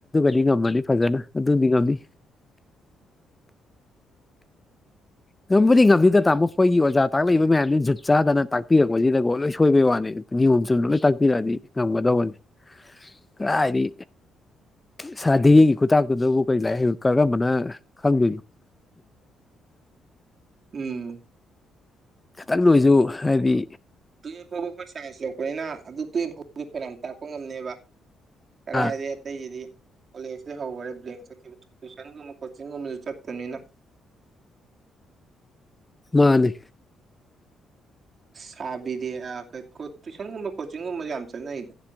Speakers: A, on the left; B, on the right.
A: ꯗꯤ ꯉꯝꯃꯅꯤ ꯐꯖꯅ ꯑꯗꯨꯃꯗꯤ ꯉꯝꯃꯅꯤ ꯉꯝꯕꯨꯗꯤ ꯉꯝꯅꯤꯗ ꯇꯥꯃꯣ ꯑꯩꯈꯣꯏꯒꯤ ꯑꯣꯖꯥ ꯇꯥꯛꯂꯛꯏꯕ ꯃꯌꯥꯝꯁꯤꯅ ꯖꯨꯠ ꯆꯥꯗꯅ ꯇꯥꯛꯄꯤꯔꯛꯄꯁꯤꯗꯀꯣ ꯂꯣꯏ ꯁꯣꯏꯕꯩ ꯋꯥꯅꯦ ꯅꯤꯌꯣꯝ ꯆꯨꯝꯅ ꯂꯣꯏ ꯇꯥꯛꯄꯤꯔꯛꯑꯗꯤ ꯉꯝꯒꯗꯧꯕꯅꯦ ꯀꯗꯥꯏꯗꯒꯤ ꯁꯥꯔ ꯙꯤꯔꯦꯟꯒꯤ ꯈꯨꯇꯥꯛꯇꯨꯗꯕꯨ ꯀꯔꯤ ꯂꯥꯏꯔꯤꯛ ꯍꯩꯕ ꯀꯔꯝꯕꯅ ꯈꯪꯗꯣꯏꯅꯣ
B: ꯎꯝ
A: ꯈꯤꯇꯪ ꯗ ꯑꯣꯏꯁꯨ ꯍꯥꯏꯗꯤ
B: ꯇꯨꯌꯦꯐ ꯐꯥꯎꯕ ꯑꯩꯈꯣꯏ ꯁꯥꯏꯟꯁ ꯂꯧꯔꯛꯄꯅꯤꯅ ꯑꯗꯨ ꯇꯨꯌꯦꯐ ꯐꯥꯎꯕꯗꯤ ꯐꯅꯥꯌꯥꯝ ꯇꯥꯛꯄ ꯉꯝꯅꯤꯕ ꯀꯔꯥꯏꯗꯩ
A: ꯑꯥ
B: ꯑꯇꯩꯁꯤꯗꯤ ꯀꯣꯂꯦꯖꯇꯩ ꯍꯧꯒꯔꯦ ꯕ꯭ꯂꯦꯡ ꯆꯠꯈꯤꯕ ꯇꯨꯏꯁꯟꯒꯨꯝꯕ ꯀꯣꯆꯤꯡꯒꯨꯝꯕꯁꯨ ꯆꯠꯇꯃꯤꯅ
A: ꯃꯥꯅꯦ
B: ꯁꯥꯔ ꯕꯤꯔꯦꯟ ꯑ ꯇꯨꯏꯁꯟꯒꯨꯝꯕ ꯀꯣꯆꯤꯡꯒꯨꯝꯕ ꯌꯥꯝ ꯆꯠꯅꯩꯗ